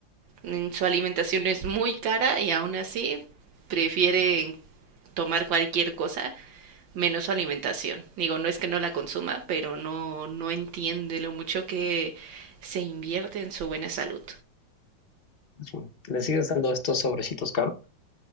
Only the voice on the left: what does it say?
sí. Le sigues dando estos sobrecitos caros.